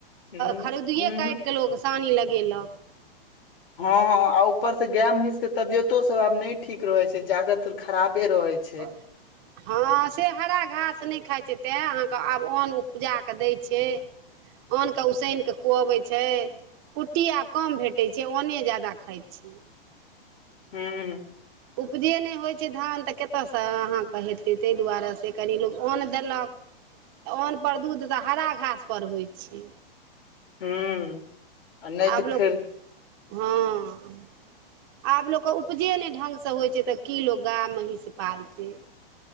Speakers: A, on the left; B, on the right.
A: हूँ
B: खरीदुए काटि
A: हूँ
B: कऽ लोक सानी लगेलक।
A: हँ, आ ऊपरसँ गाय महीषके तबियतो सभ आब नहि ठीक रहैत छै, ज्यादातर खराबे रहै छै।
B: <unintelligible> हँ, से हरा घास नहि खाइ छै तैं अहाँके आब अन्न उपजा कऽ दै छै। अन्ने उसैन कऽ खुअबै छै। कुट्टी आब कम भेटै छै। ओन्ने जादा खाइ छी।
A: हूं
B: उपजे नहि होइत छै, धान तऽ कतयसँ अहाँकेँ हेतै, ताहि दुआरे से कनि लोक अन्न देलक। तऽ अन्नपर दूध तऽ हरा घास परर होइत छै
A: हूँ आ नहि तऽ
B: आब
A: फेर
B: लोक हँ आब लोकके उपजे नहि ढंग सँ होइ छै तऽ की लोक गाय महींस पालतै